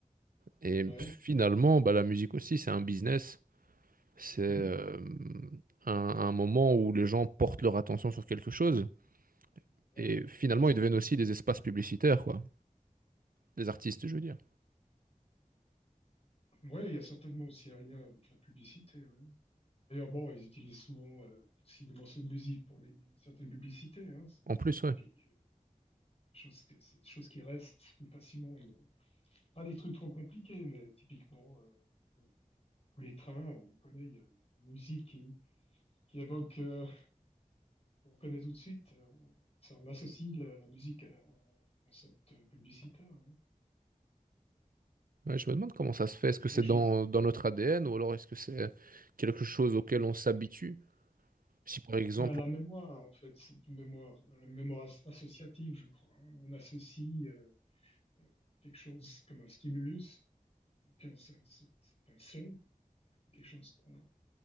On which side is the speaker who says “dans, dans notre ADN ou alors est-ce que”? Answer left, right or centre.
Right